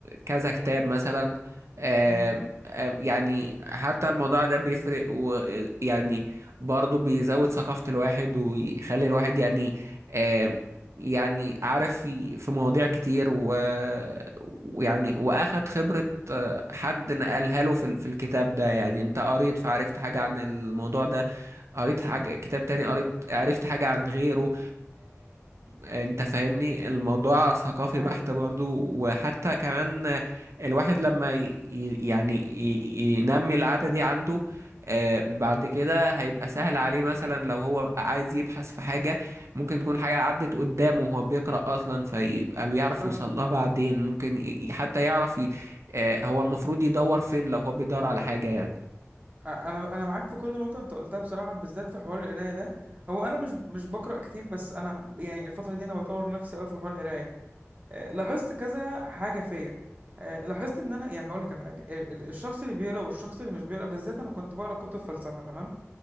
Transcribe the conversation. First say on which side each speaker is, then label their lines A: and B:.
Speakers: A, on the right; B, on the right.
A: كذا كتاب مثلا آم،
B: امم
A: آم، يعني حتى الموضوع ده بيفرق ويعني برضه بيزود ثقافة الواحد ويخلي الواحد يعني آم، يعني عارف في في مواضيع كتير و- ويعني وأخد خبرة آه، حد نقلها له في ال- في الكتاب ده يعني أنت قريت فعرفت حاجة عن الموضوع ده قريت حاجة كتاب تاني قريت عرفت حاجة عن غيره انت فاهمني الموضوع ثقافي
B: اه
A: بحت برضو وحتى كمان الواحد لما ي... ي- يعني ي... ينمي العادة دي عنده آه، بعد كده هيبقى سهل عليه مثلا لو هو عايز يبحث في حاجة ممكن تكون حاجة عدت قدامه وهو بيقرأ أصلا فيبقى بيعرف
B: بالظبط
A: يوصل لها بعدين ممكن ي... ي- حتى يعرف ي... آه، هو المفروض يدور فين لو هو بيدور على حاجة يعني
B: أ- انا انا معاك في كل نقطه انت قلتها بصراحه بالذات في حوار القرايه ده هو انا مش مش بقرا كتير بس انا يعني الفتره دي انا بطور نفسي قوي في حوار القرايه آه، لاحظت كذا حاجه فيا آه، لاحظت ان انا يعني هقول لك على حاجه ال- ال- الشخص اللي بيقرا والشخص اللي مش بيقرا بالذات انا كنت بقرا كتب فلسفه تمام